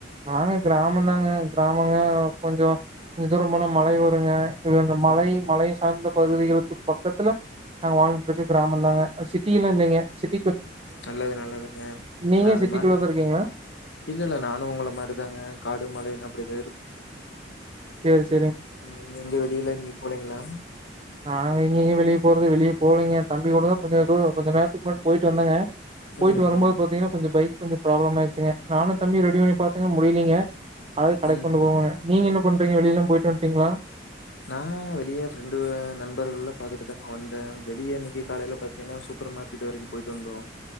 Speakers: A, on the right; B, on the left.
A: நாங்க கிராமந்தாங்க கிராமங்க கொஞ்சோ கொஞ்ச தூர போனா மலை வருங்க இது வந்து மலை
B: ம்.
A: மலை சார்ந்த பகுதிகள் இப் பக்கத்துல நாங்க வாழ்ந்துட்டு இருக்க கிராமந்தாங்க அஹ் சிட்டியெல்லா இல்லைங்க சிட்
B: நல்லது நல்லதுங்க
A: நீங்க
B: நாலு
A: சிட்டிக்குள்ளதா
B: மாடுருக்கு
A: இருக்கீங்களா
B: இல்ல இல்ல நானு ஒங்கள மாரி இப்டிதாங்க காடு மலைனு அப்டிதா இருக்
A: சேரிஸ்
B: உம் எங்க வெளியலா நீங்க போலைங்ளா
A: நாங்க எங்கைங்க வெளிய போறது வெளிய போலைங்க தம்பி கூட தா கொஞ்ச துரோ கொஞ்ச நேரத்துக்கு முன்னாடி போய்ட்டு வந்தங்க போய்ட்டு
B: ம்,
A: வரம்போது பாத்தீங்கனா கொஞ்ச பைக் கொஞ்ச ப்ராப்ளம் ஆயிர்ச்சுங்க நானு தம்பியு ரெடி பண்ணி பாத்தங்க முடியிலைங்க அது கடைக்கு
B: ம், ம்.
A: கொண்டு போவோங்க நீங்க இன்னும் பண்றீங்க வெளியலா போயிட்டு வந்டீங்ளா
B: நா வெளியே ஃப்ரெண்டுவ நண்பர்கள்ல பாத்துட்டு தாங்க வந்தே வெளிய இன்னைக்கு காலைல பாத்தீங்னா சூப்பர் மார்க்கெட் வரைக்கு போய்ட்டு வந்தோ